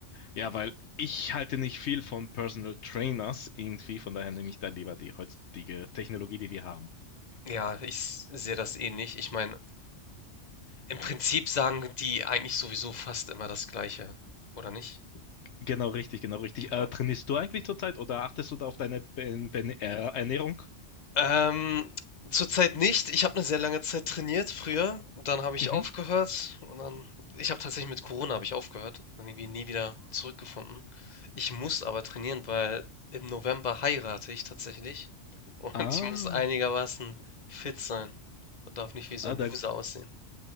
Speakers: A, on the left; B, on the left.
A: ja, weil ich halte nicht viel von Personal Trainers irgendwie, von daher nehme ich da lieber die heutige Technologie, die wir haben.
B: Ja, ich s- sehe das ähnlich. Ich meine, im Prinzip sagen die eigentlich sowieso fast immer das Gleiche, oder nicht?
A: Genau richtig, genau richtig.
B: Genau.
A: Äh, trainierst du eigentlich zurzeit oder achtest du da auf deine Ben- Ben- äh, Ernährung?
B: Ähm, zurzeit nicht. Ich habe eine sehr lange Zeit trainiert früher, dann habe ich
A: Mhm.
B: aufgehört und dann ich habe tatsächlich mit Corona habe ich aufgehört und irgendwie nie wieder zurückgefunden. Ich muss aber trainieren, weil im November heirate ich tatsächlich und <laughs>
A: Ah,
B: ich muss einigermaßen fit sein darf nicht wie so
A: ah,
B: ein
A: dann
B: Loser aussehen.